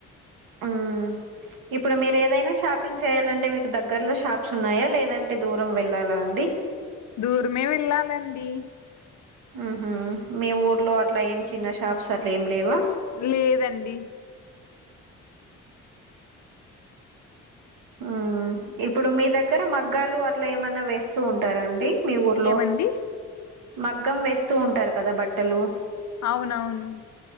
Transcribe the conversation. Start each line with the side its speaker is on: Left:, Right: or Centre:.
Right: ఆ ఇప్పుడు మీరేదైనా షాపింగ్ చేయాలంటే మీక్ దగ్గర్ లో షాప్స్ ఉన్నాయా లేదంటే దూరం వెళ్ళాలా అండి
Left: దూర్ మే వెళ్ళాలండీ
Right: ఉహు మీ ఊర్లో అట్ల ఏం చిన్న షాప్స్ అట్లేం లేవ
Left: లేదండి
Right: ఉమ్ ఇప్పుడు మీ దగ్గర మగ్గాలు అట్ల ఏమన్న వేస్తూ ఉంటారా అండి మీ ఊర్లోస్
Left: ఏమండి
Right: మగ్గం వేస్తూ ఉంటార్ కదా బట్టలు
Left: ఔనవును